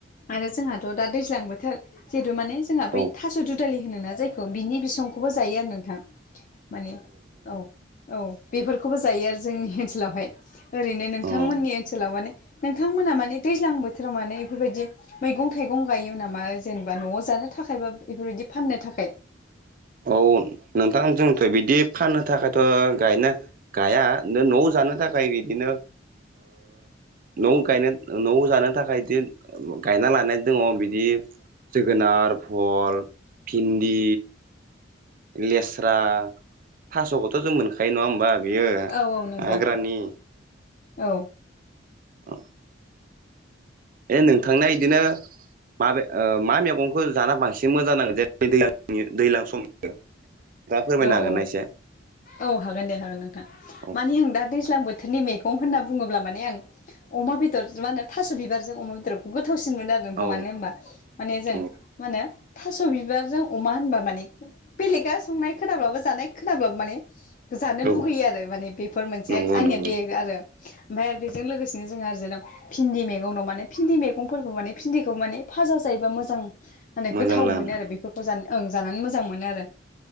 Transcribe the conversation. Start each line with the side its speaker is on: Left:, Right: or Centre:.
Left: आरो जोंहाथ' दा दैज्लां बोथोर जिहेतु माने जोंहा
Right: औ
Left: बै थस' दुदालि होनोना जायखौ बिनि बिसंखौबो जायो आरो नोंथां माने औ औ बेफोर बेखौबो जायो आरो जोंनि ओनसोलावहाय ओरैनो नोंथांमोननि
Right: औ
Left: ओनसोलाव माने नोंथांमोना माने दैज्लां बोथोराव माने बेफोरबायदि मैगं थाइगं गायो नामा जेनेबा न'आव जानो थाखाय बा बेफोरबायदि फाननो थाखाय
Right: औ नोंथां जोंथ' बिदि फाननो थाखायथ' गायना गाया न' आव जानो थाखाय बिदिनो न' गायनो न' जानो थाखाय बिदि गायना लानाय दङ बिदि जोगोनार फल भिन्दि लेस्रा थास'खौथ' जों मोनखायो नङा होमबा बेयो
Left: औ औ नंगौ
Right: हाग्रानि
Left: औ
Right: औ ए नोंथांना बिदिनो म मा मैगंखौ जाना बांसिन मोजां नांगो जेनेबा दैज्लां दैज्लां समनि दा फोरमायनो
Left: औ
Right: हागोनना
Left: औ
Right: एसे
Left: औ हागोन दे हागोन नोंथां
Right: औ
Left: मानि आं दा दैज्लां बोथोरनि मैगं होनना बुङोब्ला माने आं अमा बेदर मा होनो थास' बिबारजों अमा बेदरखौ गोथावसिनमोनो आरो
Right: औ
Left: मानो होनबा माने जों
Right: औ
Left: मा होनो थास' बिबारजों अमा होनबा माने बेलेगा संनाय खोनाब्लाबो जानाय खोनाब्लाबो माने जानो
Right: औ
Left: लुगैयो आरो माने बेफोर मोनसे
Right: नंगौ
Left: आंनिया
Right: नंगौ
Left: बे आरो ओमफ्राय आरो बेजों लोगोसेनो जोंहा आरैजा दं भिन्दि मैगं दं माने भिन्दि मैगंफोरखौ माने भिन्दिखौ माने फाजा जायोबा मोजां माने
Right: मोजां
Left: गोथाव
Right: नाङो
Left: मोनो आरो बेफोरखौ जा ओं जानानै मोजां मोनो आरो